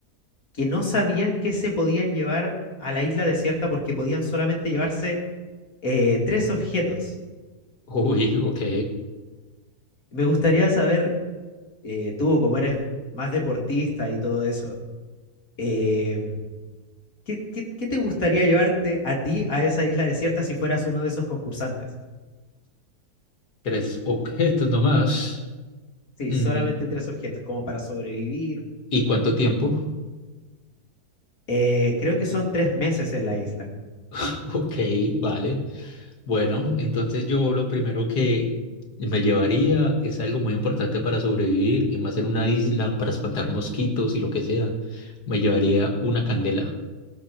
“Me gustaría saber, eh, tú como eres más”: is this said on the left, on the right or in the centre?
Left